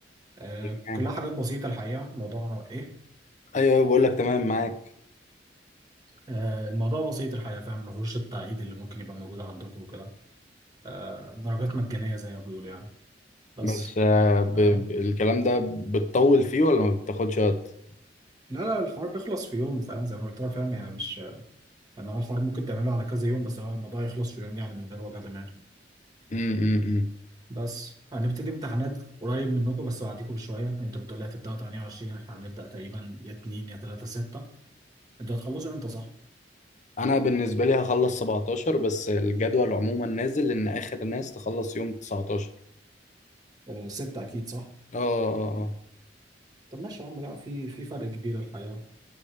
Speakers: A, on the right; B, on the left.
A: آه،
B: تمام
A: كلها حاجات بسيطة الحقيقة موضوع إيه
B: ايوه بقول لك تمام معاك
A: آه، الموضوع بسيط الحقيقة فاهم ما فيهوش التعقيد اللي ممكن يبقى موجود عندكم وكده آه، درجات مجانية زي ما بيقولوا يعني بس
B: بس آه، ب...
A: آه،
B: ب... الكلام ده بتطول فيه ولا ما بتاخدش وقت
A: لا لا الحوار بيخلص في يوم فاهم زي ما قلت لك فاهم يعني مش يعني هو الحوار ممكن تعمله على كذا يوم بس هو الموضوع يخلص في يوم يعني من غير وجع دماغ
B: امم
A: بس هنبتدي امتحانات قريب منكم بس بعديكم بشوية انتوا بتقولي هتبدأوا 28 احنا هنبدأ تقريبا يا 2 يا 3 6 انتوا هتخلصوا امتى صح؟
B: انا بالنسبه لي هخلص 17 بس الجدول عموما نازل ان اخر ناس تخلص يوم 19
A: آه، 6 أكيد صح؟
B: اه اه آه.
A: طب ماشي يا عم لا في في فرق كبير الحقيقة